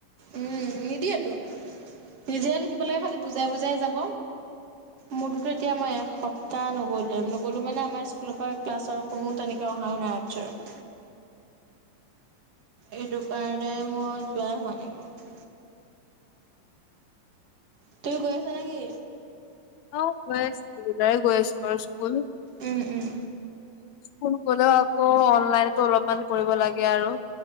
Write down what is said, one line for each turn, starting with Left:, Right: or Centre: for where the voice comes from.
Right: উম নিদিয়েতো নিজে লিখিব লাগে খালি বুজাই বুজাই যাব। মোৰ টোটো এতিয়া। এতিয়া মই এসপ্তাহ নগ'লো নগ'লো মানে আমাৰ স্কুলৰ পৰা ক্লাছৰ কোনো তেনেকৈ অহাও নাই আৰ্টচৰ। এইটো কাৰণে মই যোৱাই হোৱা নাই মোৰ। তুমি গৈ আছা নে কি?
Left: অ গৈ আছো গৈ আছো আৰু স্কুল।
Right: ওম ওম।
Left: ফোন কৰিলেও আকৌ অনলাইনতো অলপমান কৰিব লাগে আৰু।